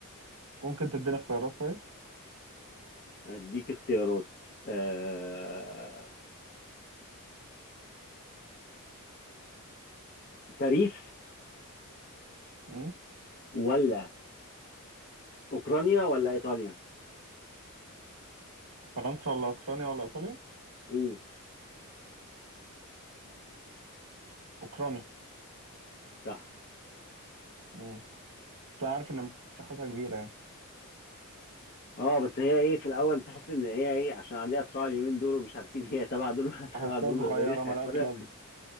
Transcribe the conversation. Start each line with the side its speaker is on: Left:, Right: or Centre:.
Right: ممكن تديني اختيارات طيب
Left: اديك اختيارات آه... باريس
Right: مم.
Left: ولا اوكرانيا ولا ايطاليا
Right: فرنسا ولا أوكرانيا ولا إيطاليا
Left: امم
Right: أوكرانيا
Left: صح
Right: مم. أنت عارف إن مساحتها كبيرة يعني
Left: اه بس هي ايه في الاول تحس ان هي ايه عشان عليها صراع اليومين دول ومش عارفين هي تبع دول ولا <laughs>
Right: أحسها
Left: تبع دول
Right: صغيرة
Left: ولا مين هياخدها
Right: ملهاش لازمة